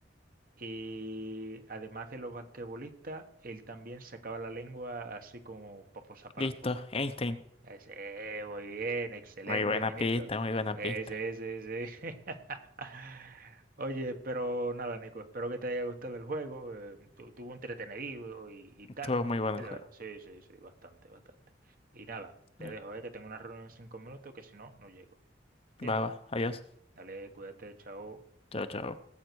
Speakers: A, on the right; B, on the left.
A: Y además de los basquetbolistas, él también sacaba la lengua así como para posar para
B: Listo.
A: la foto.
B: Einstein.
A: Ese, muy bien, excelente,
B: Muy buena
A: mi Nico.
B: pista, muy buena
A: Ese,
B: pista.
A: ese, ese. <laughs> Oye, pero nada, Nico, espero que te haya gustado el juego. eh, tu- tuvo entretenido y, y
B: Estuvo
A: tal.
B: muy bueno
A: Y
B: el
A: de
B: juego.
A: ver- Sí, sí, sí, bastante, bastante. Y nada, te
B: Bien.
A: dejo, eh, que tengo una reunión en cinco minutos, que si no, no llego. Bien,
B: Va, va. Adiós.
A: dale, cuídate, chao.
B: Chao, chao.